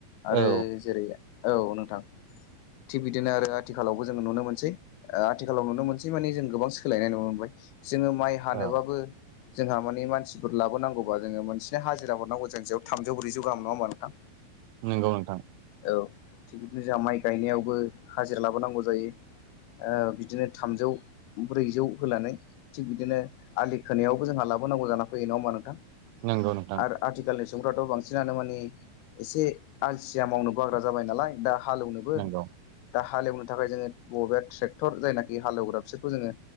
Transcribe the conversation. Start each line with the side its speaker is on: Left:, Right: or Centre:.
Left: आरो
Right: औ
Left: जेरै औ नोंथां थिग बिदिनो आरो आथिखालावबो जोङो नुनो मोनसै आथिखालाव नुनो मोनसै माने जों गोबां सोलायनाय नुनो मोनबाय। जोङो माइ हानोबाबो
Right: औ
Left: जोंहा माने मानसिफोर लाबोनांगौबा जोङो मोनसे हाजिरा हरनांगौ जों थामजौ ब्रैजौ गाहाम नङा होनबा नोंथां
Right: नंगौ नोंथां।
Left: औ थिग बिदिनो जोंहा माइ गायनायावबो हाजिरा लाबोनांगौ जायो। औ बिदिनो थामजौ ब्रैजौ होनानै थिग बिदिनो आलि खोनायावबो जोंहा लाबोनांगौ जाना फैयो नङा होमा नोंथां।
Right: नंगौ नोंथां।
Left: आरो आथिखालनि सुबुंफ्राथ' बांसिनानो मानि। एसे आलसिया मावनो बाग्रा जाबाय नालाय दा हालेवनोबो।
Right: नंगौ
Left: दा हालेवनो थाखाय जोंङो बबेबा ट्रेक्टर जायनाखि हालेवग्रा बिसोरखौ जोंङो।